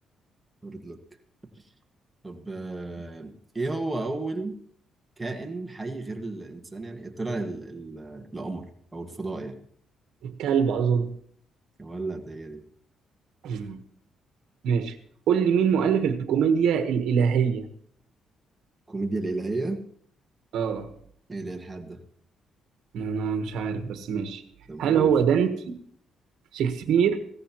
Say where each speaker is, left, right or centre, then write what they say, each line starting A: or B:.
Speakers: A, on the right; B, on the right.
A: هارد لك طب آه، ايه هو اول كائن حي غير الانسان يعني طلع ال- ال- القمر او الفضاء يعني
B: الكلب أظن
A: ولا هي دي
B: مم. ماشي قول لي مين مؤلف الكوميديا الإلهية
A: كوميديا الالهية
B: اه
A: ايه اللي الحاد ده
B: انا مش عارف بس ماشي
A: طب
B: هل
A: قول
B: هو دانتي شكسبير